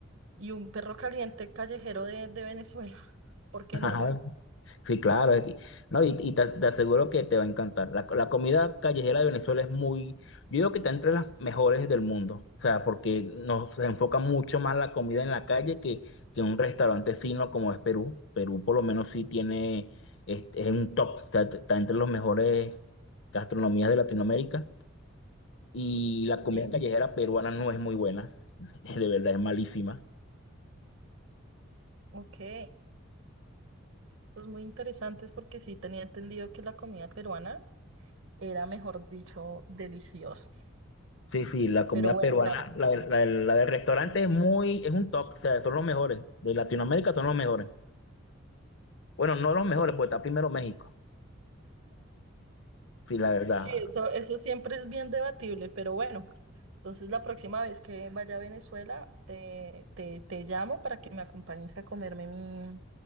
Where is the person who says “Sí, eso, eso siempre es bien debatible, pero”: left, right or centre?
Right